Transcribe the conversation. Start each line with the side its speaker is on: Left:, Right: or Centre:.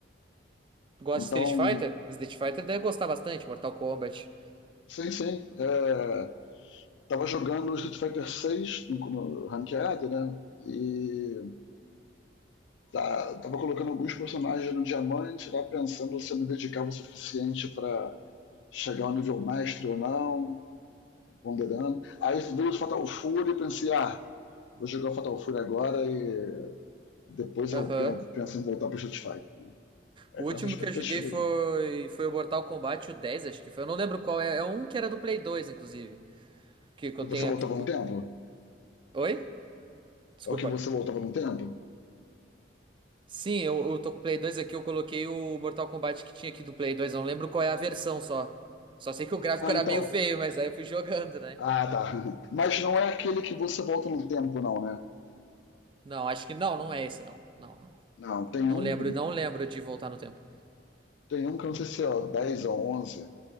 Right: Gosta
Left: Então,
Right: de Street Fighter? Street Fighter deve gostar bastante, Mortal Kombat.
Left: sim, sim. É, tava jogando Street Fighter 6 no, no ranqueado, né? E tá, tava colocando alguns personagens no diamante, tava pensando se eu me dedicava o suficiente para chegar ao nível mestre ou não, ponderando. Aí veio o Fatal Fury e pensei, ah, vou jogar o Fatal Fury agora e depois eu
Right: Aham.
Left: penso em voltar pro Street Fighter. Né? É
Right: O
Left: a
Right: último
Left: nossa expectativa
Right: que eu joguei foi,
Left: aí.
Right: foi o Mortal Kombat, o dez acho que foi. Eu não lembro qual é. É um que era do Play dois inclusive. Que, que
Left: Que
Right: eu
Left: você
Right: tenho
Left: voltava
Right: aqui.
Left: no tempo?
Right: Oi? Desculpa.
Left: É o que você voltava no tempo?
Right: Sim, eu, eu tô com o Play dois aqui, eu coloquei o Mortal Kombat que tinha aqui do Play dois eu não lembro qual é a versão só. Só sei que o gráfico
Left: Ah,
Right: era
Left: então.
Right: meio feio, mas aí eu fui <laughs> jogando, né?
Left: Ah, tá. <laughs> Mas não é aquele que você volta no tempo, não, né?
Right: Não, acho que não, não é esse não. Não, não.
Left: Não, tem um,
Right: Não lembro, não lembro de voltar no tempo.
Left: tem um que eu não sei se é 10 ou 11